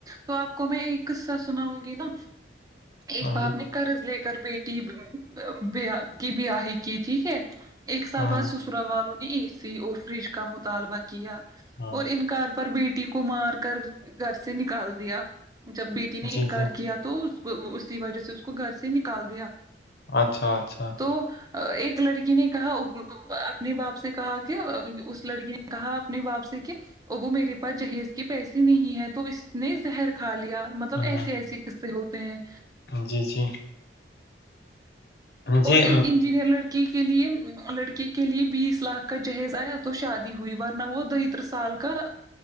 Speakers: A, on the right; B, on the left.
A: تو آپ کو میں ایک قصہ سناؤں گی نا ایک
B: ہاں
A: باپ
B: جی
A: نے قرض لے کر بیٹی ببا کی بیاہی کی ٹھیک ہے ایک سال
B: ہاں
A: بعد سس رال والوں نے اے سی اور فریج کا مطالبہ کیا
B: ہاں
A: اور انکار پر بیٹی کو مار کر گھر سے نکال دیا جب بیٹی نے
B: جی
A: انکار
B: جی
A: کیا تو اس کی وجہ سے اس کو گھر سے نکال دیا
B: اچھا اچھا
A: تو ایک لڑکی نے کہا او او اپنے باپ سے کہا کہ اس لڑکی کہا اپنے باپ سے کہ ابو میرے پاس جہیز کی پیسہ نہیں ہے تو اس نے زہر کھا لیا مطلب
B: ہاں
A: ایسے ایسے قصے ہوتے ہیں
B: جی جی جی
A: اور ایک انجینئر لڑ کی کے لیے لڑکی کے لیے بیس لاکھ کا جہیز آیا تو شادی ہوئی ورنہ وہ دہتر سال کا